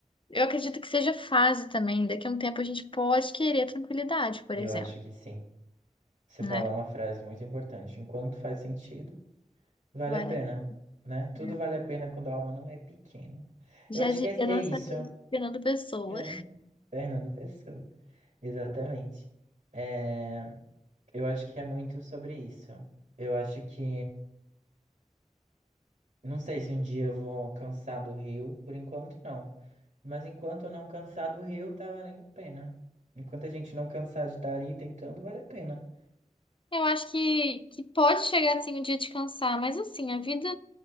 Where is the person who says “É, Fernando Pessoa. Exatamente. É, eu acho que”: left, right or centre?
Right